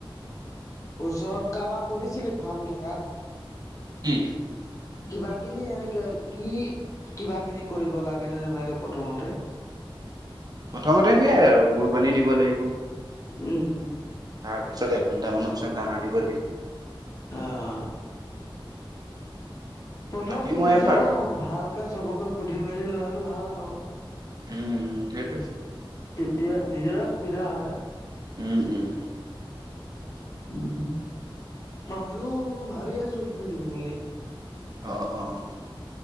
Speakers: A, on the left; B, on the right.
A: ওচৰত কাৰোবাক সুধিছিলি ফাৰ্ম থকা
B: কি?
A: কিবা কিনি এনেকে কি কিবা কিনি কৰিব লাগে নে নালাগে প্ৰথমতে।
B: প্ৰথমতে সেইয়াই আৰু গুৰ পানী দিব লাগিব।
A: উম।
B: তাৰ পিছত এঘণ্টা মানৰ পিছত দানা দিব লাগিব।
A: আহ প্ৰথম
B: বাকী
A: খুলিছ
B: মই এ ফাৰ
A: ন ভালকে চবকে সুধি মেলি লোৱাটো ভাল আও।
B: উম, উম, সেইটোৱে
A: তেতিয়া নিজৰে সুবিধা হয়।
B: উম, উম।
A: উম। মইয়ো ভাবি আছো খুলিম বুলি।
B: অ, অ।